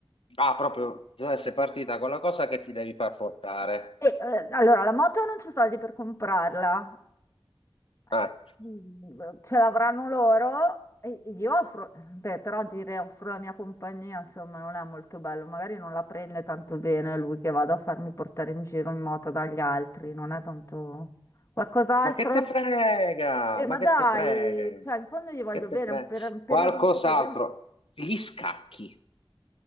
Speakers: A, on the left; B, on the left.
A: Ah, proprio, eh, sei partita con la cosa che ti devi far portare.
B: E, eh, allora, la moto non c'ho soldi per comprarla, Eh,
A: Ah.
B: mm, ce l'avranno loro e e gli offro, beh, però dire offro la mia compagnia, insomma, non è molto bello, magari non la prende tanto bene lui che vado a farmi portare in giro in moto dagli altri, non è tanto qualcos'altro?
A: Ma che te frega?
B: Eh,
A: Ma
B: ma
A: che
B: dai,
A: te frega?
B: cioè, in fondo gli voglio
A: Che
B: bene,
A: te frega?
B: per un periodo
A: Qualcos'altro.
B: un po' così, ma
A: Gli scacchi,